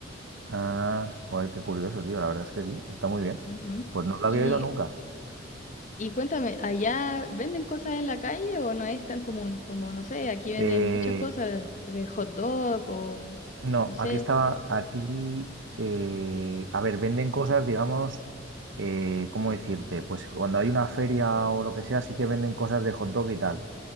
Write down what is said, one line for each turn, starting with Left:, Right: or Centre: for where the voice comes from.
Right: Ah, joder, qué curioso, tío. La verdad es que sí, está muy bien.
Left: Ujú.
Right: Pues no lo
Left: Y,
Right: había oído nunca.
Left: y cuéntame, ¿allá venden cosas en la calle o no es tan común? Como, no sé, aquí venden
Right: Eh,
Left: muchas cosas, eh, hot dog o
Right: no,
Left: no sé.
Right: aquí estaba, aquí, eh, a ver, venden cosas, digamos, eh, ¿cómo decirte? Pues cuando hay una feria o lo que sea, sí que venden cosas de hot dog y tal.